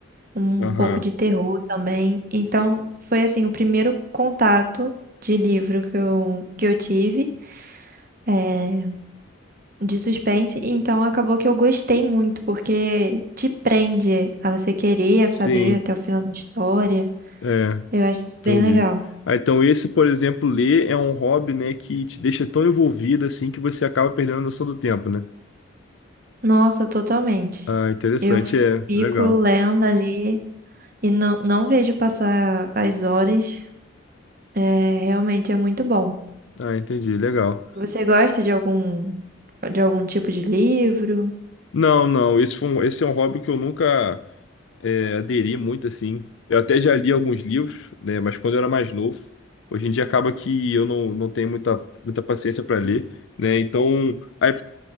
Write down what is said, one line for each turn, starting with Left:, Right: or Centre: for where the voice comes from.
Right: um
Left: aham.
Right: pouco de terror também. Então, foi assim o primeiro contato de livro que eu, que eu tive. é, de suspense, e então acabou que eu gostei muito, porque te prende a você querer
Left: Sim,
Right: saber até o final da história.
Left: é,
Right: Eu acho isso
Left: entendi.
Right: bem legal.
Left: Ah, então esse, por exemplo, ler é um hobby, né, que te deixa tão envolvido, assim, que você acaba perdendo a noção do tempo, né?
Right: Nossa, totalmente.
Left: Ah, interessante,
Right: Eu
Left: é,
Right: fico
Left: legal.
Right: lendo ali e não, não vejo passar as horas. É, realmente é muito bom.
Left: Ah, entendi, legal.
Right: Você gosta de algum de algum tipo de livro?
Left: Não, não, esse foi um- esse é um hobby que eu nunca é, aderi muito assim. Eu até já li alguns livros, né, mas quando eu era mais novo. Hoje em dia acaba que eu não, não tenho muita, muita paciência para ler, né? Então, aí,